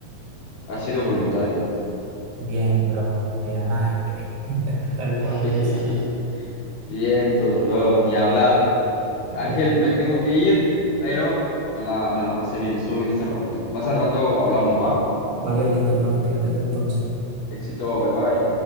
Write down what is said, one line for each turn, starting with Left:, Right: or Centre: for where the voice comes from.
Left: ha sido voluntario.
Right: Bien, bro, me ganaste. <laughs> Tal cual
Left: <laughs>
Right: es esa.
Left: Vientos, bro, ni hablar.
Right: Bien.
Left: Ángel, me tengo que ir, pero me la, me la pasé bien, estuvo bien este ratito. Más al rato hablamos, ¿va?
Right: Vale, listo, hermano. Estoy atento entonces.
Left: Éxito, bye bye.